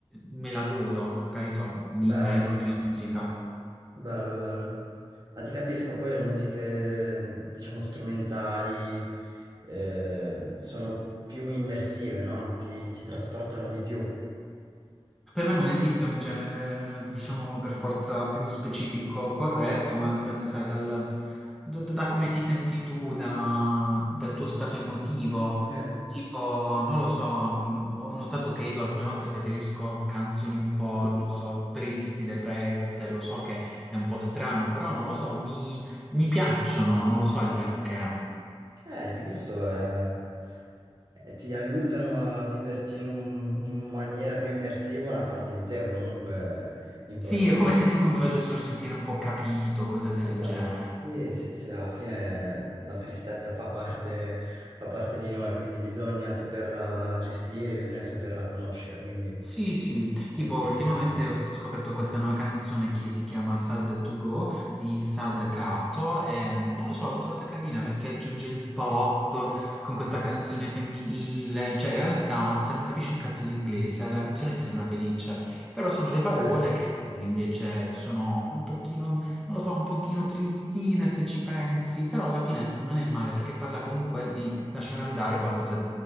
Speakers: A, in the centre; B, on the right.
A: me la godo, capito? Mi
B: Bello,
A: immergo nella musica.
B: bello, bello. Ma ti capisco, poi le musiche, diciamo, strumentali, eh, sono più immersive, no? Ti, ti trasportano di più.
A: Per me non esiste un genere, eh, diciamo, per forza più specifico corretto, ma dipende, sai, dal, da, da come ti senti tu, da- dal tuo stato emotivo.
B: Sì.
A: Tipo, non lo so, mh, ho notato che io alcune volte preferisco canzoni un po', non lo so, tristi, depresse, lo so che è un po' strano, però non lo so, mi, mi piacciono, non lo so il perché.
B: Eh, giusto, eh, eh, ti aiutano a viverti in, un- in maniera più immersiva una parte di te comunque importante.
A: Sì, è come se tipo mi facessero sentire un po' capito, cose del
B: Esatto,
A: genere.
B: sì, sì, sì, alla fine la tristezza fa parte, fa parte di noi, quindi bisogna saperla gestire, bisogna saperla conoscere, quindi...
A: Sì, sì, tipo
B: Questo
A: ultimamente
B: sta andando.
A: ho s- scoperto questa nuova canzone che si chiama Sad to Go di Sad Kato e non lo so, l'ho trovata carina perché aggiunge il pop con questa canzone femminile, cioè in realtà se non capisci un cazzo di inglese la canzone ti sembra felice, però sono le parole
B: Dai.
A: che eh, invece sono un pochino, non lo so, un pochino tristine se ci pensi, però alla fine non è male perché parla comunque di lasciare andare qualcosa